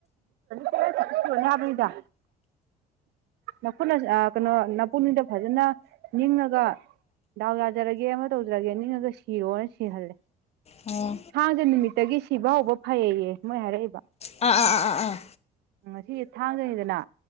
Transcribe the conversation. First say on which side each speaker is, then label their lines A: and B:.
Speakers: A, on the right (about 80°); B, on the left (about 40°).
A: ꯁꯅꯤ ꯍꯥꯏꯕꯅꯤꯗ ꯅꯨꯅ ꯀꯩꯅꯣ ꯅꯄꯨꯟꯅꯤꯗ ꯐꯖꯅ ꯅꯤꯡꯉꯒ ꯗꯥꯎ ꯌꯥꯖꯔꯒꯦ ꯑꯃ ꯇꯧꯖꯔꯒꯦ ꯅꯤꯡꯉꯒ ꯁꯤꯔꯣꯅ ꯁꯤꯍꯜꯂꯦ
B: ꯑꯣ
A: ꯊꯥꯡꯖ ꯅꯨꯃꯤꯠꯇꯒꯤ ꯁꯤꯕ ꯍꯧꯕ ꯐꯩꯌꯦꯌꯦ ꯃꯣꯏ ꯍꯥꯏꯔꯛꯏꯕ
B: ꯑꯥ ꯑꯥ ꯑꯥ ꯑꯥ ꯑꯥ
A: ꯉꯁꯤꯁ ꯊꯥꯡꯗꯅꯤꯗꯅ